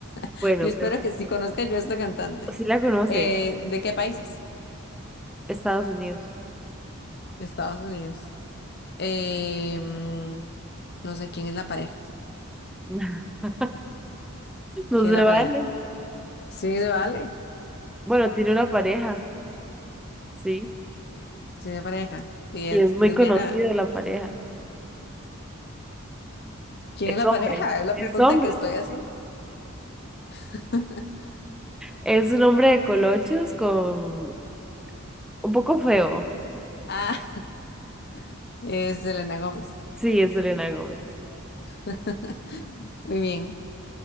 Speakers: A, on the left; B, in the centre.
A: <laughs>
B: Bueno,
A: Yo espero que sí conozca yo a esta cantante.
B: si la conoce,
A: Eh, ¿de qué países?
B: Estados Unidos.
A: Estados Unidos. Eh, mm, no sé quién es la pareja.
B: <laughs> No
A: ¿Quién
B: se
A: es la
B: vale.
A: pareja? Sí, se vale.
B: Bueno, tiene una pareja, sí.
A: Sí, es pareja. Y es
B: Y es muy
A: lesbiana.
B: conocida la pareja.
A: ¿Quién
B: Es
A: es la
B: hombre,
A: pareja? Es la
B: es
A: pregunta
B: hombre.
A: que estoy haciendo. <laughs>
B: Es un hombre de colochos con un poco feo.
A: Ah, <laughs> es Selena Gómez.
B: Sí, es Selena Gómez.
A: <laughs> Muy bien.